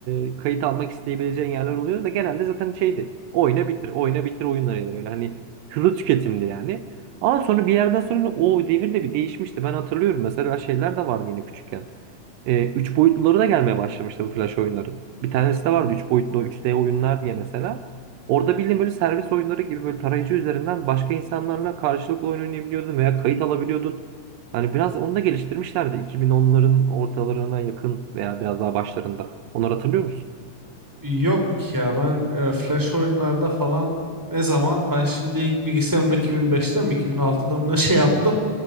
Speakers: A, on the right (about 75°); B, in the centre.
A: e, kayıt almak isteyebileceğin yerler oluyor da genelde zaten şeydi. Oyna bitir, oyna bitir oyunlarıydı böyle hani hızlı tüketimdi yani. Ama sonra bir yerden sonra o devir de bir değişmişti. Ben hatırlıyorum mesela şeyler de vardı yine küçükken. E, üç boyutluları da gelmeye başlamıştı bu flash oyunların. Bir tanesi de vardı üç boyutlu üç d oyunlar diye mesela. Orada bildiğin böyle servis oyunları gibi böyle tarayıcı üzerinden başka insanlarla karşılıklı oyun oynayabiliyordun veya kayıt alabiliyordun. Hani biraz onu da geliştirmişlerdi. 2010'ların ortalarına yakın veya biraz daha başlarında. Onları hatırlıyor musun?
B: <laughs> Yok ya ben e, flash oyunlarda falan ne zaman ben şimdi ilk bilgisayarımı 2005'te mi 2006'da mı ne şey yaptım.